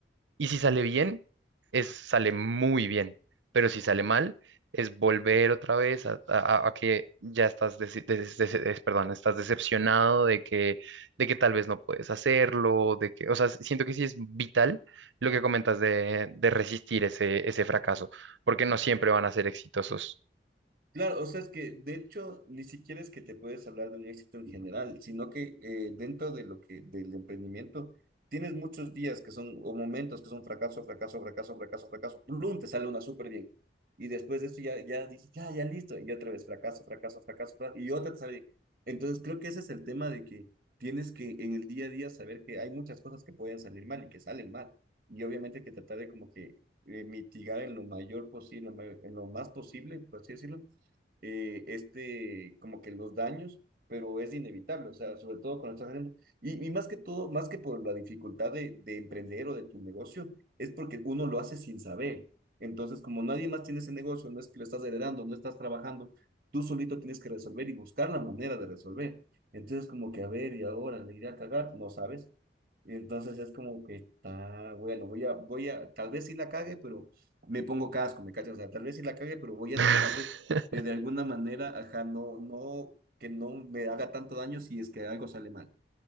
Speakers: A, on the right (about 90°); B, on the right (about 50°).
A: y si sale bien, es, sale muy bien. Pero si sale mal, es volver otra vez a, a- a que ya estás, dece- des- des- des- perdón, estás decepcionado de que, de que tal vez no puedes hacerlo, de que, o sea, siento que sí es vital lo que comentas de, de resistir ese, ese fracaso, porque no siempre van a ser exitosos.
B: Claro, o sea, es que de hecho ni siquiera es que te puedes hablar de un éxito en general, sino que eh, dentro de lo que del emprendimiento tienes muchos días que son o momentos que son fracaso, fracaso, fracaso, fracaso, fracaso, plum, te sale una súper bien. Y después de eso ya, ya dices, ya, ya listo, y otra vez fracaso, fracaso, fracaso, fracaso, y otra te sale bien. Entonces creo que ese es el tema de que tienes que en el día a día saber que hay muchas cosas que pueden salir mal y que salen mal. Y obviamente que tratar de como que eh, mitigar en lo mayor posible, en lo ma- en lo más posible, por así decirlo eh, este, como que los daños, pero es inevitable, o sea, sobre todo cuando estás haciendo, y, y más que todo, más que por la dificultad de, de emprender o de tu negocio, es porque uno lo hace sin saber. Entonces, como nadie más tiene ese negocio, no es que lo estás heredando, no estás trabajando, tú solito tienes que resolver y buscar la manera de resolver. Entonces, como que, a ver, y ahora le iré a cagar, no sabes. Y entonces es como que está, bueno, voy a, voy a, tal vez sí la cague, pero me pongo casco, me cachas, o sea, tal vez sí la cague, pero voy a
A: <laughs>
B: tratar de de, de alguna manera, ajá, no, no, que no me haga tanto daño si es que algo sale mal.